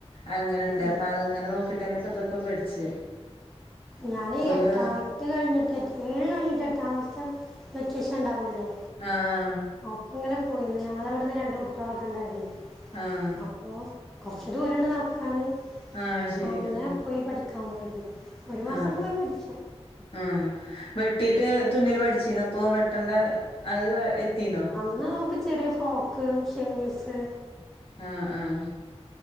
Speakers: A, on the left (about 55°); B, in the centre.
A: അങ്ങനെണ്ട്
B: ആ
A: അപ്പൊ അതങ്ങനെ നോക്കിട്ടന്നെപ്പ ഇതൊക്കെ പഠിച്ച്
B: ഞാനേ
A: ഒരു
B: എട്ടാ എട്ട് കഴിഞ്ഞിട്ട് എ ഏഴ് കഴിഞ്ഞിട്ട് എട്ടാമത്തെ വെക്കേഷൻ ഉണ്ടാവല്ലോ
A: ആഹ്
B: അപ്പ ഇങ്ങനെ പോയിന് ഞങ്ങള ഇവിടുന്ന് രണ്ട് കുട്ടികളൊക്കെ ഉണ്ടായിരുന്നു
A: ആഹ്
B: അപ്പൊ പക്ഷെ ദൂരമുണ്ട് നടക്കാന്
A: ആഹ് ശരി
B: അങ്ങനെ
A: ആഹ്
B: പോയി പഠിക്കാൻ പോയിരുന്നു ഒരു മാസക്ക
A: ആഹ്
B: പോയി പഠിച്ചു
A: ആഹ് വെട്ടീട്ട് തുന്നിൽ പഠിച്ചിന്ന അപ്പോ വെട്ടണ്ട അത് എത്തിന്നോ
B: എന്നാൽ നമുക്ക് ചെറിയ ഫോക്ക് ഷിമീസ്
A: ആഹ് ആഹ്